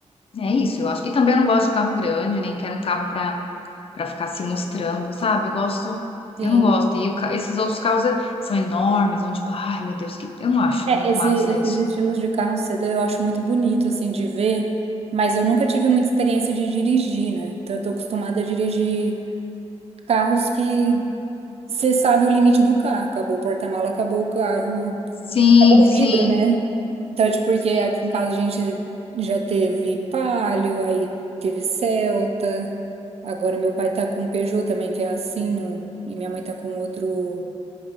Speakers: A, on the left; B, on the right.
A: é isso, eu acho. E também eu não gosto de carro grande, nem quero um carro para para ficar se mostrando, sabe? Eu gosto,
B: tem.
A: eu não gosto. E o ca- esses outros carros é, são enormes, onde, tipo, ai, meu Deus, que eu não acho
B: É, esse-
A: massa
B: esses
A: isso.
B: estilos de carro sedã eu acho muito bonito, assim, de ver, mas eu nunca tive muita experiência de dirigir, né? Então, eu tô acostumada a dirigir carros que Você sabe o limite do carro. Acabou o porta-mala, acabou o carro,
A: Sim,
B: acabou
A: sim,
B: o vidro, né? Então, é tipo, porque
A: sim,
B: aqui
A: sim.
B: em casa a gente já teve Palio, aí teve Celta. Agora meu pai tá com um Peugeot também, que é assim, não- e minha mãe tá com outro